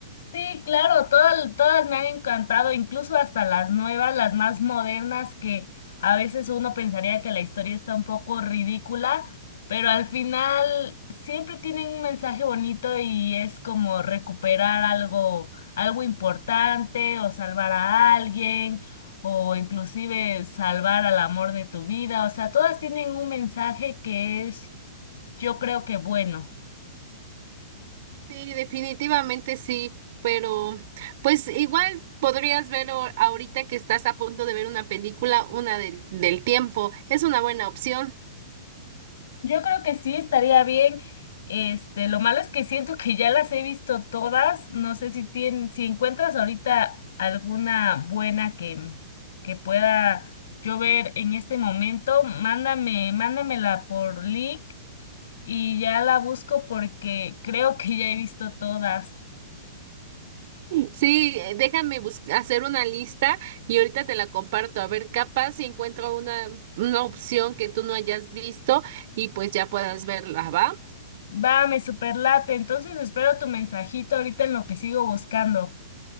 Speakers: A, on the left; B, on the right.
A: Sí, claro, todas, todas me han encantado, incluso hasta las nuevas, las más modernas, que a veces uno pensaría que la historia está un poco ridícula, pero al final siempre tienen un mensaje bonito y es como recuperar algo, algo importante o salvar a alguien o inclusive salvar al amor de tu vida. O sea, todas tienen un mensaje que es, yo creo que bueno.
B: Sí, definitivamente sí, pero pues igual podrías ver o- ahorita que estás a punto de ver una película, una del, del tiempo. Es una buena opción.
A: Yo creo que sí estaría bien. Este, lo malo es que siento que ya las he visto todas. No sé si tien- si encuentras ahorita alguna buena que, que pueda yo ver en este momento, mándame, mándamela por link y ya la busco porque creo que ya he visto todas.
B: Sí, eh, déjame bus- hacer una lista y ahorita te la comparto. A ver, capaz si encuentro una, una opción que tú no hayas visto y pues ya puedas verla, ¿va?
A: Va, me superlate. Entonces espero tu mensajito ahorita en lo que sigo buscando.